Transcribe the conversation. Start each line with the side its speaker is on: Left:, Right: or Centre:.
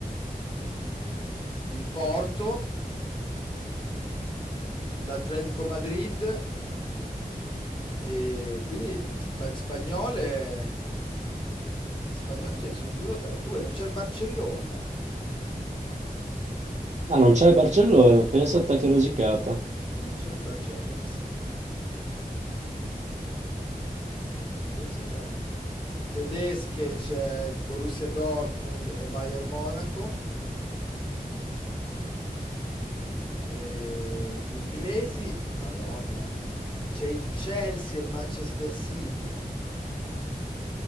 Left: il Porto, l'Atletico Madrid, E quindi spa- spagnole, spagnole ce ne sono due o tre, due, non c'è il Barcellona,
Right: Ah, non c'è il Barcellona. Pensa a te che rosicata.
Left: non c'è il Barcellona, pensa, pensa te. Tedesche c'è Borussia Dortmund e Bayern Monaco, e inglesi, Madonna, c'è il Chelsea e il Manchester City,